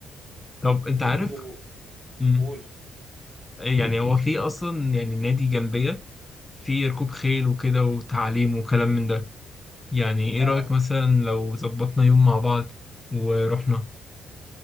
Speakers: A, on the left; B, on the right.
A: طب أنت
B: وفي
A: عارف
B: برضه
A: مم.
B: قول
A: يعني هو في أصلا يعني نادي جنبية في ركوب خيل وكده وتعليم وكلام من ده يعني إيه
B: اه
A: رأيك مثلا لو ظبطنا يوم مع بعض ورحنا